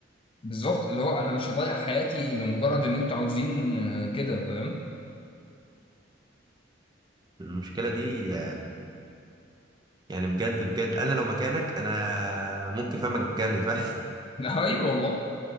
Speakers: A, on the left (about 30°); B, on the right (about 20°).
A: بالظبط اللي هو انا مش هضيع حياتي لمجرد ان انتوا عاوزين آه، كده فاهم
B: المشكلة دي يعني بجد بجد أنا لو مكانك أنا ممكن فاهم أتجنن فاهم
A: <laughs> ايوه والله